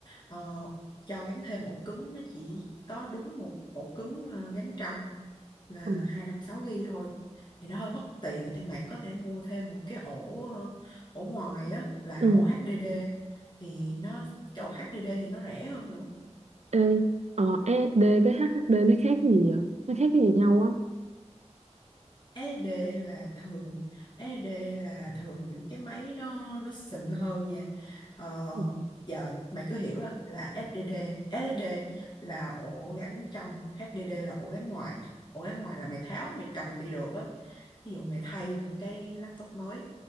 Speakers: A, on the left; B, on the right.
A: ờ, cho gắn thêm ổ cứng nó chỉ có đúng một ổ cứng ờ, gắn trong là
B: Ừ.
A: 256 GB thôi thì nó hơi bất tiện thì mày có thể mua thêm một cái ổ ờ, ổ ngoài á là
B: ừ.
A: ổ HDD thì nó cái ổ HDD thì nó rẻ hơn nữa
B: Ê, ờ, SSD với HDD nó khác cái gì vậy? Nó khác cái gì nhau á?
A: SD là thường SD là thường những cái máy nó nó xịn hơn nha ờ,
B: Ừ.
A: giờ mày cứ hiểu á, là SDD SSD là ổ gắn trong HDD là ổ gắn ngoài ổ gắn ngoài là mày tháo mày cầm đi được á ví dụ mày thay một cái laptop mới